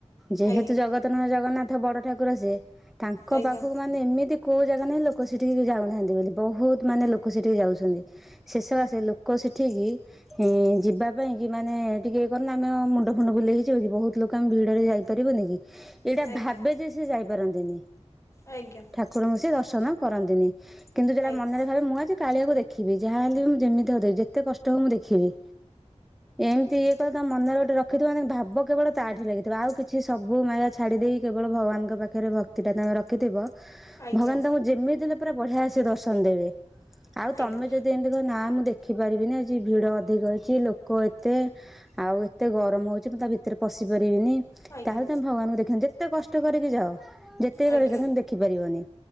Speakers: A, in the centre; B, on the left.
A: ଯେହତୁ
B: ଆଜ୍ଞା
A: ଜଗତ <unintelligible> ଜଗନ୍ନାଥ ବଡ ଠାକୁର ସେ, ତାଙ୍କ
B: ଆଜ୍ଞା
A: ପାଖକୁ
B: ଆଜ୍ଞା
A: ମୁଁ ମାନେ ଏମିତି କୋଉ ଜାଗା ନାହିଁ ଲୋକ ସେଠିକି ବି ଯାଉନାହାନ୍ତି ବୋଲି, ବହୁତ୍ ମାନେ ଲୋକ ସେଠିକି ଯାଉଚନ୍ତି। ଶେଷ ଆସେ ଲୋକ ସେଠିକି ଏଁ ଯିବାପାଇଁ କି ମାନେ ଟିକିଏ ଇଏ କରୁନ ଆମେ ମୁଣ୍ଡ ଫୁଣ୍ଡ ବୁଲେଇ ହେଇଯିବ କି, ବହୁତ୍ ଲୋକ ଆମେ ଭିଡରେ ଯାଇପାରିବୁନି କି? ଏଇଟା
B: ଆଜ୍ଞା
A: ଭାବେ ଯେ, ସେ ଯାଇପାରନ୍ତିନି।
B: ଆଜ୍ଞା।
A: ଠାକୁରଙ୍କୁ ସିଏ ଦର୍ଶନ କରନ୍ତିନି, କିନ୍ତୁ ଯୋଉଟା
B: ଆଜ୍ଞା
A: ମନରେ ଭାବେ ମୁଁ ଆଜି କାଳିଆକୁ ଦେଖିବି, ଯାହାହଲେ ବି ମୁଁ ଯେମିତି ହଉ <unintelligible> ଯେତେ କଷ୍ଟ ହଉ ମୁଁ ଦେଖିବି। ଏମ୍ତି ଇଏ କଥା ତା ମନରେ ଗୋଟେ ରଖିଥିବ <unintelligible> ଭାବ କେବଳ ତାଠି ଲାଗିଥିବ, ଆଉ କିଛି ସବୁ ମାୟା ଛାଡ଼ି ଦେଇ କେବଳ ଭଗବାନଙ୍କ ପାଖେରେ ଭକ୍ତିଟା ତାଙ୍କ ର ରଖିଥିବ
B: ଆଜ୍ଞା
A: ଭଗବାନ୍ ତମୁକୁ ଯେମିତିି ହେଲେ ପୁରା ବଢିଆ ସେ ଦର୍ଶନ ଦେବେ, ଆଉ ତମେ
B: ଆଜ୍ଞା
A: ଯଦି ଏମ୍ ତି କହିବ ନା ମୁଁ ଦେଖିପାରିବିନି, ଆଜି ଭିଡ ଅଧିକ ହେଇଚି ଲୋକ ଏତେ ଆଉ ଏତେ ଗରମ୍ ହଉଚି, ମୁ ତା ଭିତ ଭିତେରେ ପଶି ପାରିବିନି,
B: ଆଜ୍ଞା
A: ତାହେଲେ ତମେ ଭଗବାନଙ୍କୁ ଦେଖିବନି ଯେତେ କଷ୍ଟ କରିକି ଯାଅ <unintelligible> କର
B: ଆଜ୍ଞା
A: ଦେଖିପାରିବନି।